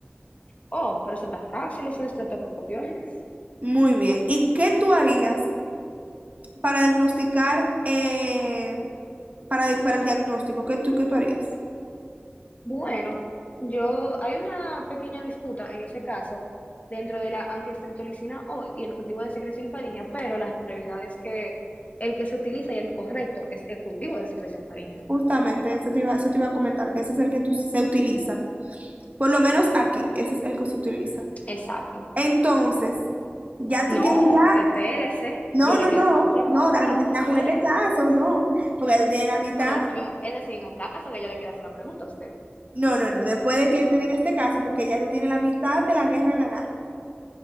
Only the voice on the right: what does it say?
Muy bien. ¿Y qué tú harías para diagnosticar, eh, para, di- para el diagnóstico? ¿Qué tú, qué tú harías?
Justamente, eso te iba, eso te iba a comentar, que ese es el que tú- se utiliza. Por lo menos aquí, ese es el que se utiliza.
Entonces, ya
tú tienes ya...
No,
no,
no,
no, déjame terminar
con este caso, no, porque tú tienes la mitad,
No, no, no, después de que yo te diga este caso, porque ya tú tienes la mitad de la guerra ganada.